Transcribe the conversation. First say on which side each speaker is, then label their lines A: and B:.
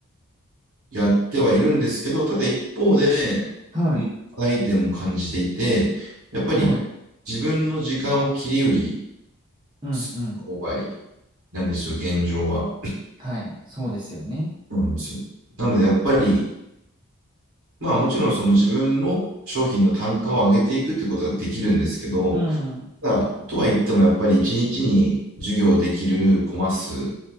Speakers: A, on the right (about 85°); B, on the right (about 20°).
A: やってはいるんですけど、ただ一方で、
B: はい、
A: う課題点も感じていて、やっぱり
B: はい。
A: 自分の時間を切り売り
B: うん、
A: する購買
B: うん。
A: なんですよ、現状は。
B: はい、そうですよね。
A: そうなんですよ。なので、やっぱり、まあもちろんその自分の商品の単価を上げていくってことはできるんですけど、
B: うん、
A: ただとは言ってもやっぱり1日に授業できるコマ数